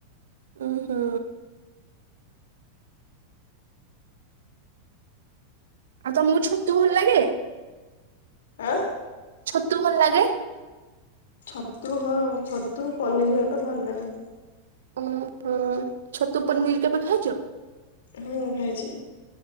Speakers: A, on the right; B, on the left.
A: ହୁଁ ହୁଁ। ଆଉ ତ ମର ଛୋଟ ତୁ ଭଲ ଲାଗେ।
B: ଆ।
A: ଛତୁ ଭଲ ଲାଗେ?
B: ଛତୁ ହଁ ଛତୁ ପନିରିବା ଟା ଭଲ ଲାଗେ।
A: ହ ହ ଛତୁ ପନିର କେବେ ଖାଇଚ?
B: ହୁଁ ଖାଇଚି।